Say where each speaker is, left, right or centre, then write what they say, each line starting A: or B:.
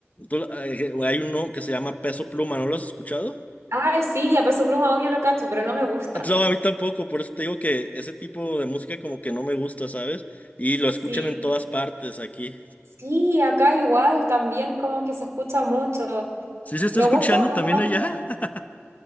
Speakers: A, on the left (about 35°); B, on the right (about 75°).
A: Tú- eh, hay uno que se llama Peso Pluma, ¿no lo has escuchado? <laughs>
B: Ay, sí, a Peso Pluma obvio lo cacho, pero no me gusta.
A: No, a mí tampoco, por eso te digo que ese tipo de música como que no me gusta, ¿sabes? Y lo escuchan
B: Sí.
A: en todas partes aquí.
B: Sí, acá igual, también como que se escucha mucho.
A: ¿Sí se está
B: Me
A: escuchando
B: gusta una
A: también
B: banda.
A: allá? <laughs>